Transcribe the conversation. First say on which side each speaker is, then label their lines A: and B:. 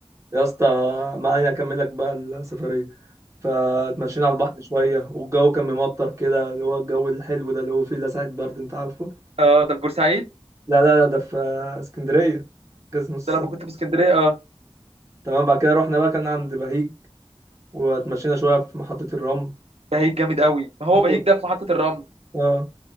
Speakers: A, on the right; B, on the right.
A: يا اسطى ما علينا أكمل لك بقى السفرية فتمشينا على البحر شوية والجو كان ممطر كده اللي هو الجو الحلو ده اللي هو فيه لسعة برد انت عارفه
B: اه ده في بورسعيد
A: لا لا لا ده في اسكندرية جاز نص
B: ده لما
A: سنة
B: كنت في اسكندريه اه
A: تمام بعد كده رحنا بقى كان عند بهيج واتمشينا شوية في محطة الرمل
B: بهيج جامد قوي ما هو
A: موت
B: بهيج ده في محطه الرمل
A: اه